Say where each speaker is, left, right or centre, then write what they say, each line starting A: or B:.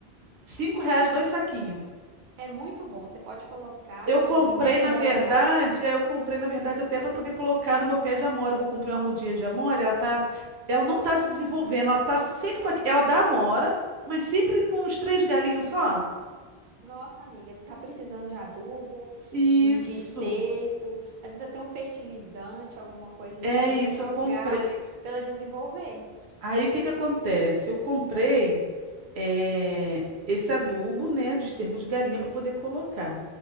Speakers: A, on the right; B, on the right.
A: Cinco reais, dois saquinhos.
B: É muito bom. Você pode colocar
A: Eu
B: aqui,
A: comprei,
B: e, né,
A: na
B: e molhar.
A: verdade, é, eu comprei, na verdade, até para poder colocar no meu pé de amora, que eu comprei uma mudinha de amora, ela tá, ela não tá se desenvolvendo, ela tá sempre com, aque- ela dá amora, mas sempre nos três galinhos só.
B: Nossa, amiga, tá precisando de adubo,
A: Isso,
B: de, de esterco, às vezes até um fertilizante, alguma coisa
A: é
B: assim,
A: isso,
B: para jogar,
A: eu comprei.
B: para ela desenvolver.
A: Aí o que que acontece? Eu comprei eh, esse adubo, né, de esterco de galinha para poder colocar.